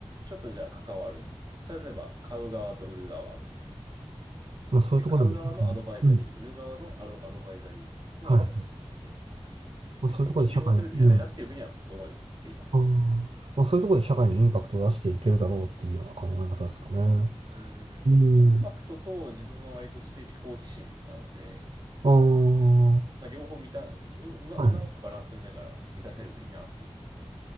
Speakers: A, on the right; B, on the right.
A: ちょっとじゃあ関わる。それは例えば買う側と売る側みたいな。
B: まあそういうところでも社会に、
A: で、買う側のアドバイザリー、
B: うん。
A: 売る側のアド、アドバイザリーもあったりはするので、
B: はい。まあそういうところで社会に、
A: 別に企業が全てじゃないなっていうふうには思っていますね。
B: うん。ああ。まあそういうところで社会にインパクトを出していけるだろうっていうような考え方ですかね。
A: うーん、
B: うん。
A: インパクトと自分は割と知的好奇心なので、
B: あ
A: まあ、両方満た、う、うま、
B: あ。
A: うまくバランス取りながら満たせるといいなって思ってます
B: はい。